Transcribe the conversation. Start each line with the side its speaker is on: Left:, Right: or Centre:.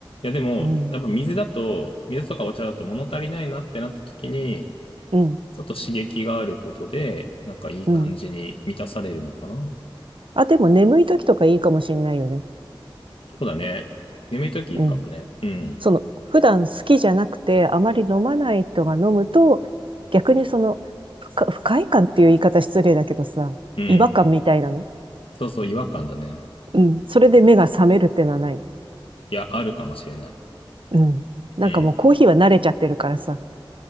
Left: いや、でも、
Right: ゃんうん。
Left: やっぱ水だと、水とかお茶だと物足りないなってなった時に、
Right: うん。
Left: ちょっと刺激があることで、なんかいい感じに満たされるのかな。
Right: うん。あ、でも眠い時とかいいかもしんないよね。
Left: そうだね。眠い時いいかもね。
Right: うん。
Left: うん。
Right: その、普段好きじゃなくて、あまり飲まない人が飲むと、逆にその、不快不快感っていう言い方失礼だけどさ、
Left: うん。
Right: 違和感みたいなの。
Left: そうそう、違和感だね。
Right: うん。それで目が覚めるってのはない。
Left: いや、あるかもしれない。
Right: うん。なんかもうコーヒーは慣れちゃってるからさ。
Left: うん。